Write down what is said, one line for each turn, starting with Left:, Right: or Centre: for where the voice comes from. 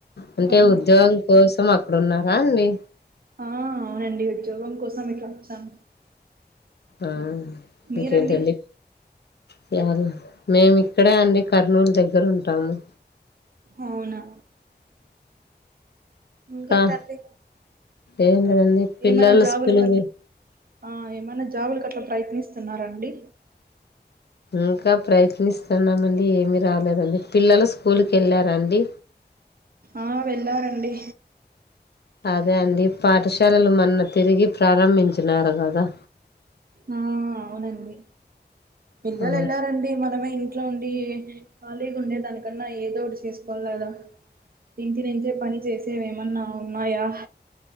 Left: అంటే
Right: ఆ
Left: ఉద్యోగం కోసం అక్కడున్నారా అండి
Right: ఆ అవునండి ఉద్యోగం కోసం ఇట్లా వచ్చాం
Left: ఆ
Right: మీరండి
Left: ఇంకేంటండి ప్యార్ల మేమిక్కడే అండి కర్నూల్ దగ్గర ఉంటాము
Right: అవునా ఇంకెంటండి
Left: ఆంధ్ర ఏం లేదండి పిల్లలు
Right: ఏమనా జాబులు
Left: స్కూల్
Right: కనీ
Left: కి
Right: ఆ ఏమైనా జాబులు గట్లా ప్రయత్నిస్తున్నారా అండి
Left: ఇంకా ప్రయత్నిస్తున్నామండి ఏమి రాలేదండి పిల్లలు స్కూల్కి వెళ్ళారా అండి
Right: ఆ వెళ్ళారండి
Left: అదే అండి పాఠశాలలు మొన్న తిరిగి ప్రారంభించినారు కదా
Right: ఆ అవునండి పిల్లలెల్లారండి
Left: ఆ
Right: మనమే ఇం ఇంట్లో ఉండి ఖాళీగా ఉండే దానికన్నా ఏదో ఒకటి చేసుకోవాలదా ఇంటి నుంచే పని చేసేవేమన్నా ఉన్నాయా